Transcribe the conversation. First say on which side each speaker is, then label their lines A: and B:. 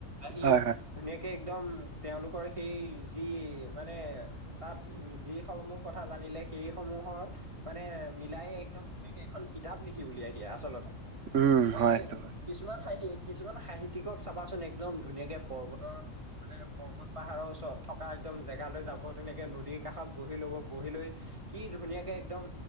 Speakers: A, on the right (about 25°); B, on the right (about 65°).
A: আহি
B: হয় হয়
A: ধুনীয়াকে <unintelligible> একদম তেওঁলোকৰ সেই যি মানে তাত যিসমূহ কথা জানিলে <unintelligible> সেইসমূহৰ মানে মিলাই একদম ধুনীয়াকে এখন কিতাপ লিখি উলিয়াই দিয়ে আচলতে।
B: উম
A: আৰু
B: হয় সেইটো হয়
A: কিছুমান হাঁহি কিছুমান সাহিত্য <unintelligible> কি ক‌ওঁ চাবাচোন একদম ধুনীয়াকে পৰ্বতৰ মানে পৰ্বত-পাহাৰৰ ওচৰত থকা একদম জেগালৈ যাব। <unintelligible> ধুনীয়াকে নদীৰ কাষত বহি ল'ব বহি লৈ কি ধুনীয়াকে একদম